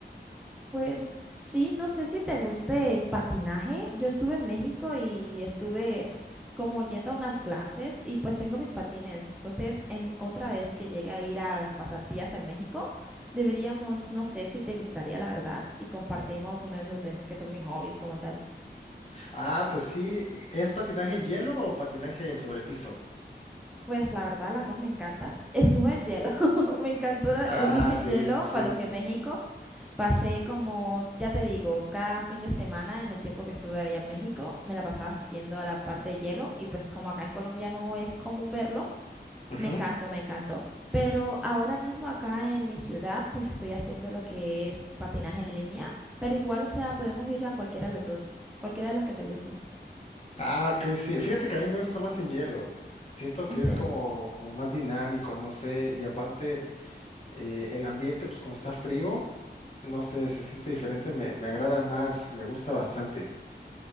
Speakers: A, in the centre; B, on the left.
A: Pues sí, no sé si te guste patinaje. Yo estuve en México y estuve como yendo a unas clases y pues tengo mis patines. Entonces, en otra vez que llegue a ir a las pasantías en México, deberíamos, no sé si te gustaría, la verdad, y compartimos uno de esos de, que son mis hobbies como tal.
B: Ah, pues sí, ¿es patinaje en hielo o patinaje sobre piso?
A: Pues la verdad, las dos me encantan. Estuve en hielo. <laughs> Me encantó, la-
B: Ah,
A: eh, hice
B: sí,
A: en hielo
B: sí, sí.
A: cuando fui a México. Pasé como, ya te digo, cada fin de semana en el tiempo que estuve allá en México, me la pasaba asistiendo a la parte de hielo y pues como acá en Colombia no es común verlo,
B: Ujú.
A: me encantó, me encantó. Pero ahora mismo acá en mi ciudad, pues estoy haciendo lo que es patinaje en línea, pero igual, o sea, podemos ir a cualquiera de las dos, cualquiera de las que te guste,
B: Ah, ok, sí. Fíjate que a mí me gusta más en hielo. Siento
A: en
B: que
A: serio.
B: es como, como más dinámico, no sé. Y aparte, eh, el ambiente, pues como está frío, no sé, se siente diferente, me, me agrada más, me gusta bastante.